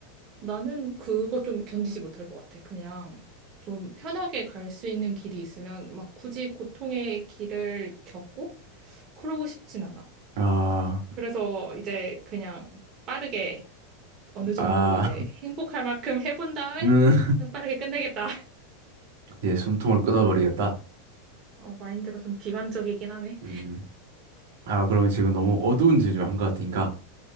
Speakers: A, on the right; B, on the right.
A: 나는 그거 좀 견디지 못할 것 같아. 그냥 좀 편하게 갈 수 있는 길이 있으면 막 굳이 고통의 길을 겪고 그러고 싶진 않아.
B: 아,
A: 그래서 이제 그냥 빠르게 어느 정도
B: 아,
A: 이제 행복할 만큼 <laughs> 해본 다음에
B: <laughs> 음.
A: 빠르게 끝내겠다.
B: 이제 숨통을 끊어버리겠다.
A: <laughs> 어, 마인드가 좀 비관적이긴 하네.
B: 음. 아, 그럼 지금 너무 어두운 주제로 한 것 같으니까